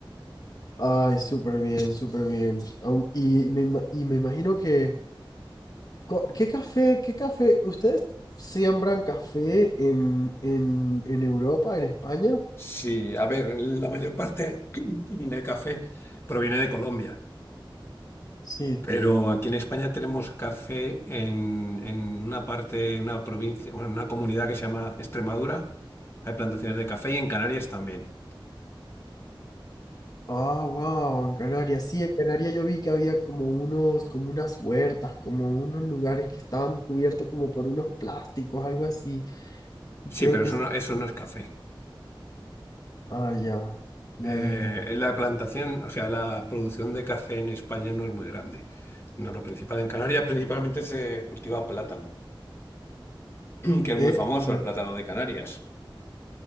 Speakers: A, on the left; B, on the left.
A: Ay, súper bien, súper bien. Am- y me, ima- y me imagino que, co- ¿qué café, qué café? ¿Ustedes siembran café en, en, en Europa, en España?
B: Sí, a ver, la mayor parte <clears throat> del café proviene de Colombia,
A: Sí,
B: pero
A: sí.
B: aquí en España tenemos café en, en una parte, en una provincia, bueno, en una comunidad que se llama Extremadura. Hay plantaciones de café y en Canarias también.
A: Ah, wow, en Canarias. Sí, en Canarias yo vi que había como unos, como unas huertas, como unos lugares que estaban cubiertos como por unos plásticos, algo así. Y
B: Sí,
A: creo
B: pero
A: que
B: eso no, eso no es café.
A: Ah, ya, ya,
B: Eh,
A: ya, ya.
B: la plantación, o sea, la producción de café en España no es muy grande. No, lo principal en Canarias principalmente se cultiva plátano, <clears throat> que es
A: Esto.
B: muy famoso el plátano de Canarias.